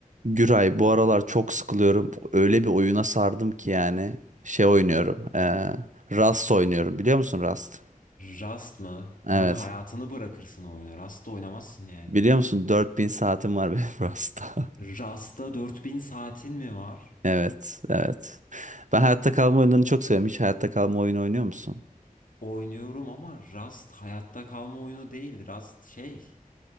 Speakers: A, on the right (about 60°); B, on the left (about 70°).
A: Güray bu aralar çok sıkılıyorum. Öyle bir oyuna sardım ki yani. Şey oynuyorum. eee, Rust oynuyorum. Biliyor musun Rust?
B: Rast mı? Kanka
A: Evet.
B: hayatını bırakırsın o oyuna. Rast'ta oynamazsın yani.
A: Biliyor musun 4000 saatim var benim <laughs> Rust'ta.
B: Rast'ta 4000 saatin mi var?
A: Evet, evet. Ben hayatta kalma oyunlarını çok seviyorum. Hiç hayatta kalma oyunu oynuyor musun?
B: Oynuyorum ama Rast hayatta kalma oyunu değil. Rast şey.